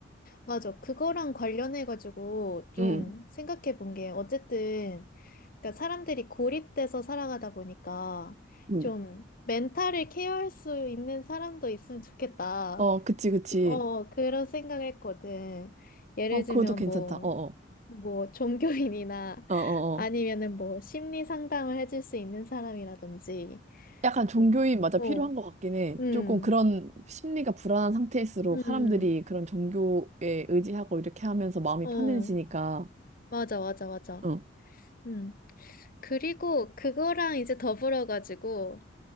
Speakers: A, on the left; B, on the right.
A: 맞아. 그거랑 관련해가지고 좀
B: 응.
A: 생각해 본 게, 어쨌든, 그러니까 사람들이 고립돼서 살아가다 보니까
B: 응.
A: 좀 멘탈을 케어할 수 있는 사람도 있으면 좋겠다.
B: 어, 그치, 그치.
A: 어, 그런 생각을 했거든. 예를
B: 어,
A: 들면
B: 그것도 괜찮다.
A: 뭐,
B: 어어.
A: 뭐, 종교인이나
B: 어어어.
A: 아니면은 뭐, 심리 상담을 해줄 수 있는 사람이라든지,
B: 약간 종교인
A: 뭐,
B: 맞아
A: 뭐,
B: 필요한 것 같긴 해.
A: 음,
B: 조금 그런 심리가 불안한 상태일수록
A: 음,
B: 사람들이 그런 종교에 의지하고 이렇게 하면서 마음이
A: 어,
B: 편해지니까,
A: 맞아, 맞아, 맞아.
B: 어.
A: 음. 그리고 그거랑 이제 더불어 가지고